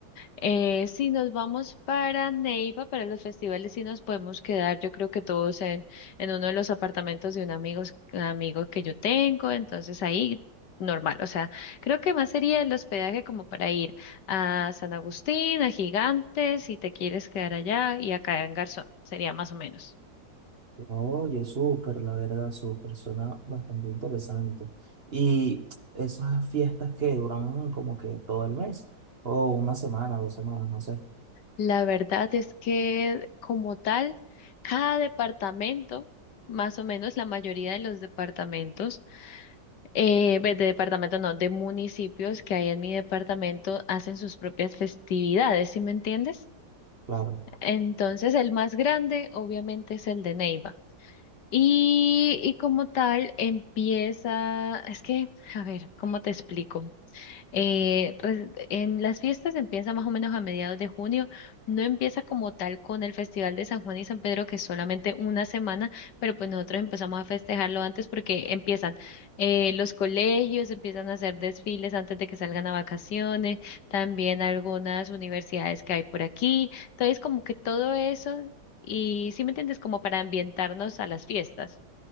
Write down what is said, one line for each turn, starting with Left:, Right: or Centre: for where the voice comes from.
Left: Eh, si nos vamos para Neiva, para los festivales, sí nos podemos quedar, yo creo que todos en, en uno de los apartamentos de un amigo, amigo que yo tengo, entonces ahí normal, o sea, creo que más sería el hospedaje como para ir a San Agustín, a Gigantes, si te quieres quedar allá, y acá en Garzón, sería más o menos.
Right: Oye, súper, la verdad, súper. Suena bastante interesante. Y esas fiestas que duran como que todo el mes, o una semana, dos semanas, no sé.
Left: La verdad es que como tal, cada departamento, más o menos la mayoría de los departamentos, Eh, ve, de departamento no, de municipios que hay en mi departamento hacen sus propias festividades, ¿sí me entiendes?
Right: Claro.
Left: Entonces, el más grande obviamente es el de Neiva. Y, y como tal empieza, es que, a ver, ¿cómo te explico? Eh, res- en las fiestas empieza más o menos a mediados de junio, no empieza como tal con el Festival de San Juan y San Pedro, que es solamente una semana, pero pues nosotros empezamos a festejarlo antes porque empiezan eh, los colegios, empiezan a hacer desfiles antes de que salgan a vacaciones, también algunas universidades que hay por aquí, entonces como que todo eso, y si me entiendes, como para ambientarnos a las fiestas.